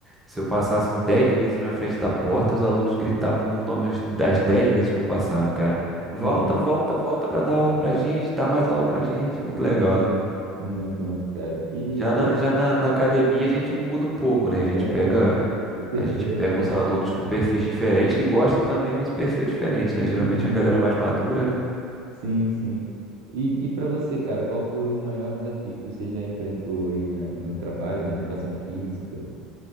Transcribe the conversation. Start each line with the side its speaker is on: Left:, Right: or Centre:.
Centre: Se eu passasse dez vezes na frente da porta, os alunos gritavam meu nome as das dez vezes que eu passava, cara. Volta,
Right: Sim,
Centre: volta, volta pra dar aula pra gente, dá mais aula pra gente. É muito legal, né?
Right: muito, muito, cara. E
Centre: Já
Right: pra
Centre: na,
Right: você,
Centre: já na, na academia a gente muda um pouco, né? A gente
Right: é,
Centre: pega,
Right: o perfil
Centre: a gente pega
Right: é diferente,
Centre: uns alunos
Right: né?
Centre: com perfis diferentes que gostam também, mas o perfil é diferente, né? Geralmente
Right: Uhum.
Centre: é uma galera mais madura, né?
Right: Sim, sim. E, e para você, cara, qual foi o maior desafio que você já enfrentou aí na- no trabalho, na educação física?